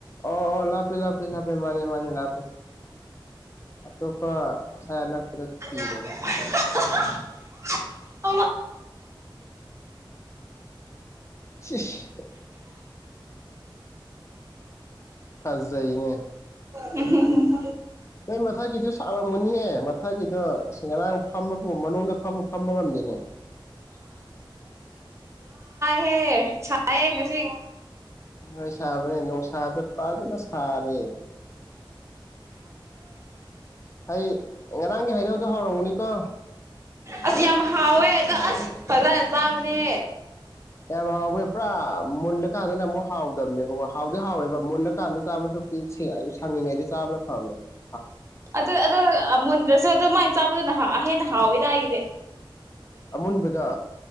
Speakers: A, on the left (about 35°); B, on the right (about 35°).
A: ꯑꯣ ꯑꯣ ꯂꯥꯞꯄꯦ ꯂꯥꯞꯄꯦ ꯂꯥꯞꯄꯦ ꯃꯥꯅꯤ ꯃꯥꯅꯤ ꯂꯥꯞꯄꯦ ꯑꯇꯣꯞꯄ ꯑꯁꯥꯏ
B: <inaudible>
A: ꯊꯤꯔꯣꯅꯦ
B: <inaudible> <inaudible>
A: ꯁꯤꯁ ꯐꯖꯩꯅꯦ
B: ꯎꯝ ꯍꯨꯝ
A: ꯅꯣꯏ ꯃꯊꯛꯀꯤꯗꯨ ꯁꯥꯔꯝꯒꯅꯤꯍꯦ ꯃꯊꯛꯀꯤꯗꯣ ꯉꯔꯥꯡ ꯐꯝꯕꯕꯨ ꯃꯅꯨꯡꯗ ꯐꯝꯃ ꯐꯝꯕ ꯉꯝꯗꯅꯦ
B: ꯍꯦ ꯁꯥꯏꯍꯦ ꯉꯁꯤ
A: ꯍꯣꯏ ꯁꯥꯕꯅꯦ ꯅꯨꯡꯁꯥꯁꯨ ꯐꯖꯅ ꯁꯥꯔꯦ ꯍꯩ ꯉꯔꯥꯡꯒꯤ ꯍꯩꯅꯧꯗꯣ ꯍꯥꯎꯔꯝꯒꯅꯤꯀꯣ
B: ꯑꯁ ꯌꯥꯝ ꯍꯥꯎꯋꯗ ꯑ ꯐꯖꯅ ꯆꯥꯕꯅꯦ
A: ꯌꯥꯝ ꯍꯥꯎꯋꯤ ꯄꯨꯔꯥ ꯃꯨꯜꯂꯀꯥꯟꯗꯅ ꯑꯃꯨꯛ ꯍꯥꯎꯗꯕꯅꯦꯕꯀꯣ ꯍꯥꯎꯗꯤ ꯍꯥꯎꯋꯦꯕ ꯃꯨꯜꯂꯀꯥꯟꯗ ꯆꯥꯕꯁꯨ ꯁꯡꯉꯤꯉꯩꯗꯤ ꯆꯥꯕ <unintelligible>
B: ꯑꯗ ꯑꯗꯨꯒ ꯃꯨꯟꯗꯔ꯭ꯁꯨ ꯑꯗꯨꯃꯥꯏ ꯆꯥꯕꯗꯨꯅ ꯍꯥ ꯍꯦꯟꯅ ꯍꯥꯎꯑꯣꯋꯗꯦ
A: ꯑꯃꯨꯟꯕꯗꯣ